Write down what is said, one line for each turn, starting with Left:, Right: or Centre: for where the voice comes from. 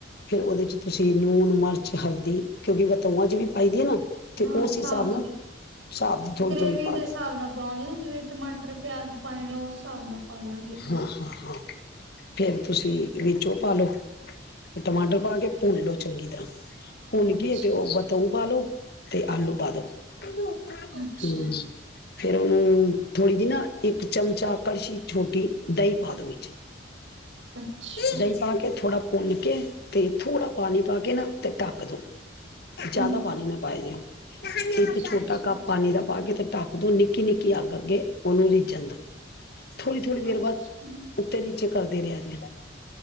Left: ਫੇਿਰ ਉਹਦੇ ਚ ਤੁਸੀਂ ਲੂਣ ਮਿਰਚ ਹਲਦੀ ਕਿਉਂਕਿ ਵਤਯੁਆ ਚ ਵੀ- ਪਾਈ ਦੀ ਹੈ ਨਾ ਤੇ
Right: ਹਾਂ ਹਿਸਾਬ
Left: ਉਸ ਨਾਲ
Right: ਦੀ
Left: ਹਿਸਾਬ ਦੀ ਥੋੜ੍ਹੀ
Right: ਗ੍ਰੇਵੀ
Left: ਥੋੜ੍ਹੀ ਪਾ
Right: ਦੇ
Left: ਦੇਣਾ
Right: ਹਿਸਾਬ ਨਾਲ ਪਾਵਾਂਗੇ ਨਾ ਜਿਵੇਂ ਟਮਾਟਰ ਪਿਆਜ ਪਏ ਨੇ ਉਸ ਹਿਸਾਬ ਨਾਲ ਪਾਲਾਂਗੀ
Left: ਹਾਂ ਹਾਂ ਹਾਂ ਫੇਰ ਤੁਸੀਂ ਵਿਚ ਓ ਪਾ ਲਓ ਟਮਾਟਰ ਪਾ ਕੇ ਭੁੰਨ ਲਓ ਚੰਗੀ ਤਰ੍ਹਾਂ ਭੁੰਨ
Right: ਅੱਛਾ
Left: ਕੇ ਤੇ ਉਸ ਵਿੱਚ ਬਤਾਊ ਪਾ ਦਿਓ ਤੇ ਆਲੂ ਪਾ ਦੋ, ਹੂੰ,
Right: ਅੱਛਾ
Left: ਫੇਰ ਉਹਨੂੰ ਥੋੜੀ ਜਿਹੀ ਨਾ ਇੱਕ ਚਮਚਾ ਕੜਸ਼ੀ, ਛੋਟੀ ਦਹੀ ਪਾਂ ਦੋ ਵਿੱਚ
Right: ਅੱਛਾ
Left: ਦਹੀਂ ਪਾ ਕੇ ਥੋੜਾ ਭੁੰਨ ਕੇ ਤੇ ਥੋੜ੍ਹਾ ਪਾਣੀ ਪਾ ਕੇ ਨਾ ਤੇ ਢੱਕ ਦੋ। ਜ਼ਿਆਦਾ
Right: ਹੂੰ
Left: ਪਾਣੀ ਨਾ ਪਾ ਦਿਓ
Right: ਅੱਛਾ
Left: ਇੱਕ ਛੋਟਾ
Right: ਅੱਛਾ
Left: ਕੱਪ ਪਾਣੀ ਦਾ ਪਾ ਕੇ ਤੇ ਢੱਕ ਦੋ ਨਿੱਕੀ-ਨਿੱਕੀ, ਅੱਗ-ਅੱਗੇ ਉਹਨੂੰ ਰਿੱਝਣ ਦੋ ਥੋੜੀ-ਥੋੜੀ ਦੇਰ
Right: ਅੱਛਾ
Left: ਬਾਦ ਉਤੇ ਨੀ, ਕਰਦੇ ਰਿਹਾ ਜਾ